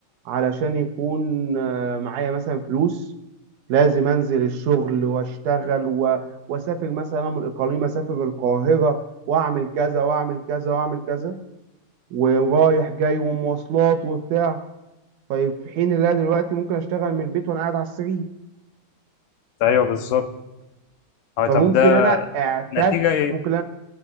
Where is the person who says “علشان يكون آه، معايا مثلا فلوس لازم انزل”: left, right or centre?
Right